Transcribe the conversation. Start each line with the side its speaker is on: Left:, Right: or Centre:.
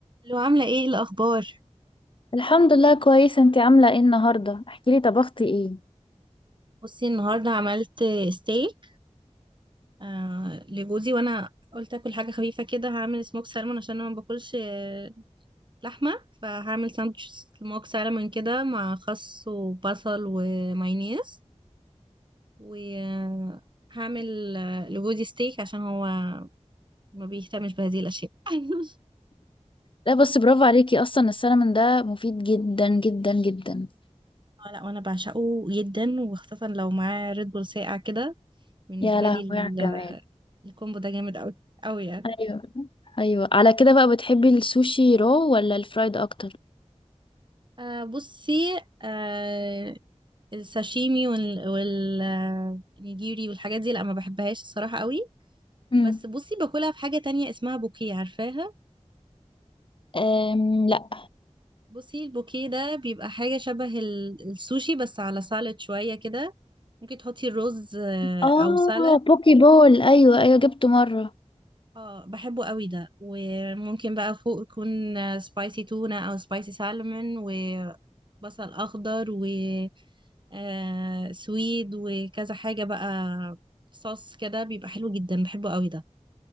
Right: لو عاملة ايه الأخبار؟
Left: الحمد لله كويسة انتي عاملة ايه النهاردة؟ احكيلي طبختي ايه؟
Right: بصي النهاردة عملت ستيك آه لجوزي وأنا قلت أكل حاجة خفيفة كده هعمل سموك سالمون عشان أنا ما باكلش آه، لحمة فهعمل ساندوتش سموك سالمون كده مع خس وبصل ومايونيز وهعمل آه، لجوزي ستيك عشان هو ما بيهتمش بهذه الأشياء <laughs>
Left: لا بس برافو عليكي اصلا السلمون ده مفيد جدا جدا جدا
Right: آه لا وأنا بعشقه جدا وخاصة لو معاه ريد بول ساقع كده بالنسبة
Left: يا لهوي
Right: لي ال-
Left: على الجمال
Right: الكومبو ده جامد أوي أوي يعني
Left: ايوه <laughs> ايوه على كده بقى بتحبي السوشي رو ولا الفرايد اكتر؟
Right: آه بصي آه الساشيمي وال والنيجيري والحاجات دي لا ما بحبهاش الصراحة قوي
Left: امم
Right: بس بصي باكلها في حاجة تانية اسمها بوكيه عارفاها
Left: أم لا
Right: بصي البوكيه ده بيبقى حاجة شبه ال- السوشي بس على سالاد شوية كده ممكن تحطي الرز آه،
Left: اه
Right: أو سالاد
Left: بوكي بول ايوه ايوه جبته مرة
Right: اه بحبه قوي ده وممكن بقى فوق يكون سبايسي تونة او سبايسي سالمون وبصل اخضر و آه سويد وكذا حاجة بقى صوص كده بيبقى حلو جدا بحبه قوي ده